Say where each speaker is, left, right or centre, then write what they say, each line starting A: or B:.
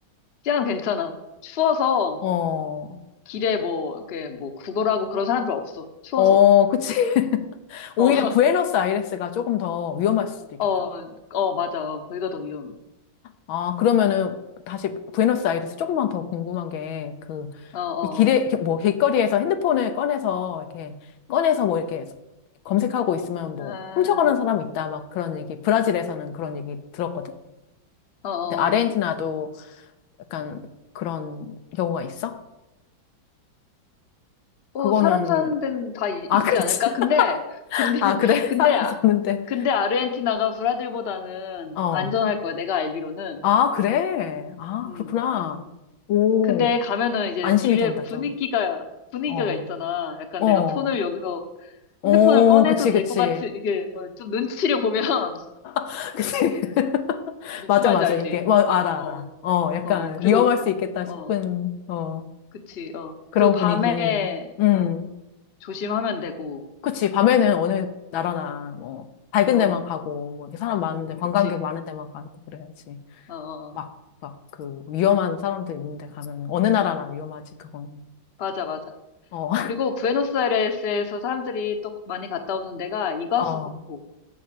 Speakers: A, on the left; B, on the left.
A: 치안 괜찮아. 추워서
B: 어,
A: 길에 뭐, 그, 뭐, 구걸하고 그런 사람들 없어. 추워서.
B: 어, 그치. <laughs> 오히려
A: 어, <laughs>
B: 부에노스아이레스가 조금 더 위험할 수도 있겠다.
A: 어, 어, 맞아. 어, 거기가 더 위험해.
B: 아, 그러면은 다시 부에노스아이레스 조금만 더 궁금한 게, 그,
A: 어, 어,
B: 이 길에,
A: 어.
B: 이렇게 뭐, 길거리에서 핸드폰을 꺼내서, 이렇게, 꺼내서 뭐, 이렇게 검색하고 있으면 뭐,
A: 아,
B: 훔쳐가는 사람이 있다, 막 그런 얘기, 브라질에서는 그런 얘기 들었거든?
A: 어, 어.
B: 근데 아르헨티나도 약간 그런 경우가 있어?
A: 뭐,
B: 그거는,
A: 사람 사는 데는 다 이-
B: 아,
A: 있지
B: 그렇지.
A: 않을까?
B: <laughs>
A: 근데, 근데,
B: 아,
A: <laughs>
B: 그래?
A: 근데,
B: <laughs> 사람
A: 아-
B: 썼는데.
A: 근데 아르헨티나가 브라질보다는
B: 어.
A: 안전할 거야. 내가 알기로는.
B: 아, 그래? 아,
A: 음.
B: 그렇구나. 오,
A: 근데 가면은 이제
B: 안심이
A: 길에
B: 된다,
A: 분위기가,
B: 좀.
A: 분위기가
B: 어,
A: 있잖아. 약간
B: 어.
A: 내가 폰을 여기서
B: 어,
A: 핸드폰을 꺼내도
B: 그치,
A: 될
B: 그치.
A: 것 같은, 이게, 어, 좀 눈치를 보면, <laughs>
B: <laughs> 그치. <laughs>
A: 무슨
B: 맞아,
A: 말인지
B: 맞아.
A: 알지?
B: 이게, 와, 알아,
A: 어.
B: 알아. 어, 약간
A: 어, 그리고,
B: 위험할 수 있겠다 싶은,
A: 어,
B: 어,
A: 그치, 어.
B: 그런
A: 그리고 밤에,
B: 분위기. 음.
A: 어, 조심하면 되고,
B: 그치. 밤에는 어느 나라나, 뭐, 밝은
A: 어,
B: 데만 가고,
A: 음,
B: 뭐, 이렇게 사람 많은데, 관광객
A: 그치,
B: 많은 데만 가고 그래야지.
A: 어, 어,
B: 막,
A: 어.
B: 막, 그, 위험한 사람들 있는데 가면, 어느 나라나 위험하지, 그건.
A: 맞아, 맞아.
B: 어,
A: 그리고 부에노스아이레스에서 사람들이 또 많이 갔다 오는 데가 이과수
B: <laughs> 어.
A: 폭포.